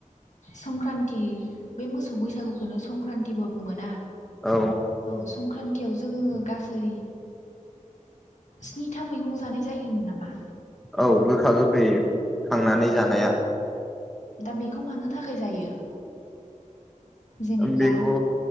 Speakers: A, on the left (about 65°); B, in the centre.
A: संक्रान्ति बे मोसौ बैसागुखौनो संक्रान्तिबो बुङो ना।
B: औ
A: औ संक्रान्तियाव जोङो गासै स्निथा मैगं जानाय जायोमोन नामा?
B: औ गोखा गोखै खांनानै
A: औ
B: जानाया
A: दा बेखौ मानो थाखाय जायो? जेनेब्ला
B: बेखौ